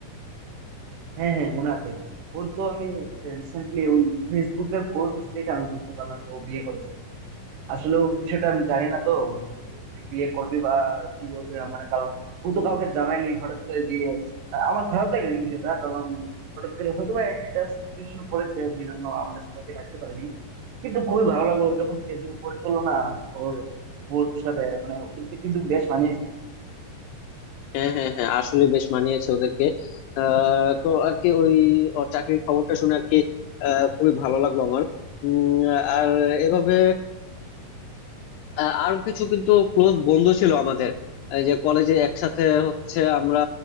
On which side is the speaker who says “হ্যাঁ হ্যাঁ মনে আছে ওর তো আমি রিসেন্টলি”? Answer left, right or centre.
Right